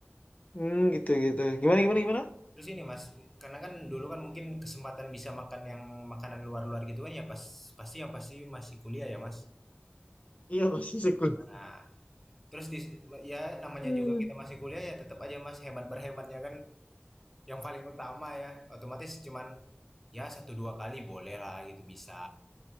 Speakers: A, on the left; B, in the centre.
A: Hmm, gitu gitu. Gimana
B: iya,
A: gimana gimana?
B: terus ini Mas, karena kan dulu kan mungkin kesempatan bisa makan yang makanan luar-luar gitu kan ya pas pasti yang pasti masih kuliah ya Mas.
A: Iya masih sekunder.
B: Nah, terus dis ya namanya
A: Hmm.
B: juga kita masih kuliah ya tetap aja Mas hemat berhematnya kan yang paling utama ya otomatis cuman ya satu dua kali boleh lah gitu bisa